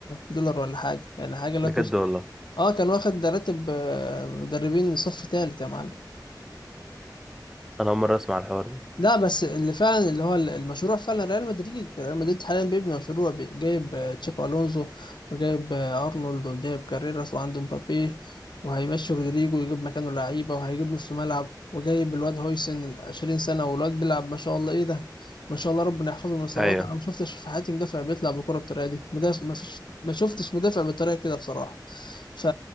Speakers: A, on the left (about 80°); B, in the centre.
A: دولار ولا حاجة يعني حاجة لا
B: بجد
A: تذكر
B: والله
A: أه كان واخد راتب آه، مدربين صف تالت يا معلم
B: أنا أول مرة أسمع الحوار ده
A: لا بس اللي فعلا اللي هو المشروع فعلا ريال مدريد ريال مدريد حاليا بيبني مشروع بي- جايب آه، تشابي الونزو وجايب آه، ارنولد وجايب كاريراس وعنده مبابي وهيمشي رودريجو ويجيب مكانه لعيبه وهيجيب نص ملعب وجايب الواد هويسن 20 سنه والواد بيلعب ما شاء الله ايه ده ما شاء الله ربنا يحفظه من الاصابات
B: ايوه
A: انا ما شفتش في حياتي مدافع بيطلع بالكره بالطريقه دي مدافع ما فيش ما شفتش مدافع بالطريقه كده بصراحه ف